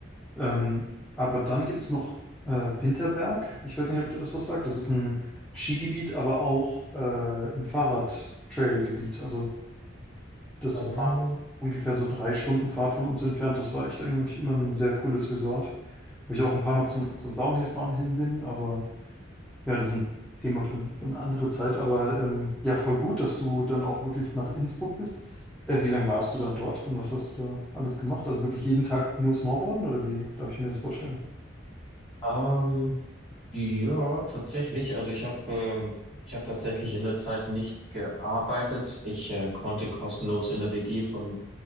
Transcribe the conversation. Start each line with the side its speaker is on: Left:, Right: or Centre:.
Centre: Ähm, aber dann gibt es noch äh, Winterberg. Ich weiß nicht, ob dir das was sagt. Das ist ein Skigebiet, aber auch äh, ein Fahrrad-Trail-Gebiet. Also Das
Left: Mhm.
Centre: war ungefähr so drei Stunden Fahrt von uns entfernt. Das war echt eigentlich immer ein sehr cooles Resort, wo ich auch ein paar Mal zum, zum Downhill-Fahren hin bin. Aber ja, das ist ein Thema für, für eine andere Zeit. Aber ähm, ja, voll gut, dass du dann auch wirklich nach Innsbruck bist. Äh, wie lange warst du dann dort und was hast du da alles gemacht? Also wirklich jeden Tag nur Snowboarden oder wie darf ich mir das vorstellen?
Left: Ah, Ähm, ja, tatsächlich. Also ich habe ähm, ich habe tatsächlich in der Zeit nicht gearbeitet. Ich äh, konnte kostenlos in der WG von